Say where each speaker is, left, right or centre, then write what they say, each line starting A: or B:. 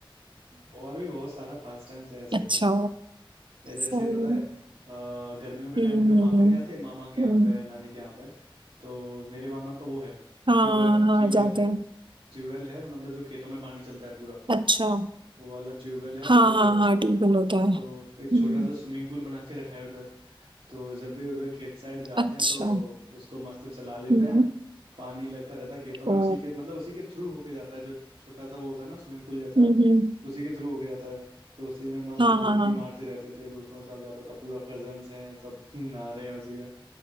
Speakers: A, on the right (about 80°); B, on the right (about 60°).
A: और भी बहुत सारा पास टाइम्स है ऐसे
B: अच्छा
A: या जैसे
B: सही
A: पता है
B: है।
A: अ, गर्मियों के
B: हम्म
A: टाइम पे जब वहां
B: हम्म,
A: पे नहीं जाते मामा के
B: हम्म,
A: यहाँ पे नानी के यहाँ पे तो मेरे मामा का वो है
B: हाँ
A: ट्यूबवेल
B: हाँ
A: ट्यूबवेल
B: जाते
A: है
B: हैं
A: ट्यूबवेल है मतलब जो खेतों में पानी चलता है पूरा
B: अच्छा
A: वो वाला ट्यूबवेल है
B: हाँ
A: तो
B: हाँ हाँ ट्यूबवेल होता है
A: तो
B: हम्म,
A: एक छोटा सा स्विमिंग पूल बना के रखा है उधर तो जब भी उधर खेत साइड जाते
B: अच्छा
A: हैं तो उसको मस्त चला लेते
B: हम्म
A: हैं पानी लगता रहता है खेतों
B: ओ
A: में उसी के मतलब उसी के थ्रू होके जाता है जो छोटा सा वो होता है ना स्विमिंग पूल जैसा
B: हम्म हम्म,
A: उसी के थ्रू होके जाता है तो उसी में मस्त
B: हाँ
A: डुबकी
B: हाँ हाँ
A: मारते रहते थे दोस्तों के साथ जाता था पूरा कजन्स हैं सब <laughs> नहा रहे हैं उसी में